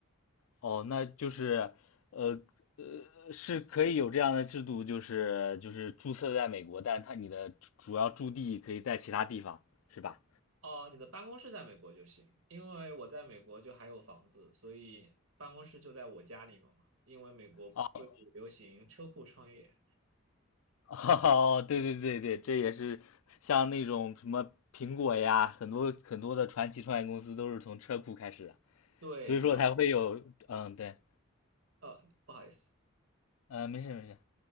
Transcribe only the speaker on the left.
哦，那就是，呃呃，是可以有这样的制度，就是就是注册在美国，但是它你的主主要驻地可以在其他地方，是吧？
哦 <laughs> 哦，对对对对，这也是像那种什么苹果呀，很多很多的传奇创业公司都是从车库开始的，
所以说才会有，
嗯，对，
嗯，没事没事，